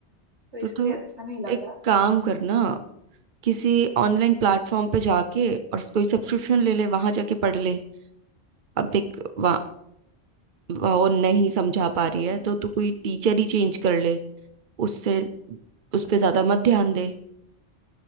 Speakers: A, on the right; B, on the right.
A: तो इसलिए
B: तो तू
A: अच्छा नहीं लग
B: एक
A: रहा
B: काम करना किसी ऑनलाइन प्लेटफॉर्म पे जाके और कोई सब्सक्रिप्शन ले ले वहां जाके पढ़ ले अब देख वहाँ वो नहीं समझा पा
A: बहुत
B: रही है तो तू कोई टीचर ही चेंज कर ले उससे उस पे ज्यादा मत ध्यान दे